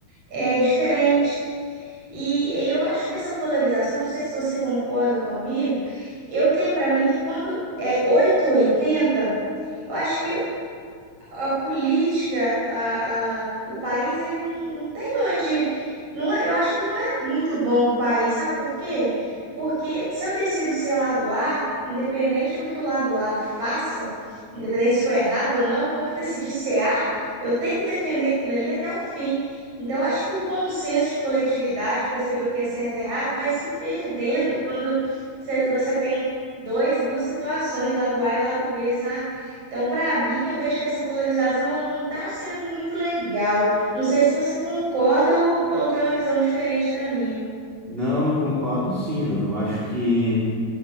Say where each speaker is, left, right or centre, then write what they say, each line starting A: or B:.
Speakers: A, on the right; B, on the right.
A: é, diferente. E eu acho que essa polarização, não sei se você concorda comigo, eu tenho para mim que quando é oito oitenta eu acho que a política, a, a- o país, ele não, não tem onde. Não, é- eu acho que não é muito bom para o país, sabe por quê? Porque se eu decido ser lado A, independente do que o lado A faça, independente se foi errado ou não, como eu decidi ser A, eu tenho que defender aquilo dali até o fim. Então, eu acho que o bom senso de coletividade, perceber o que é certo e errado, vai se perdendo quando você você tem dois, duas situações, lado A e lado B, sabe? Então, para mim, eu vejo que essa polarização ela não está sendo muito legal. Não sei se você concorda ou, ou tem uma visão diferente da minha.
B: Não, eu concordo sim, Ju. Eu acho que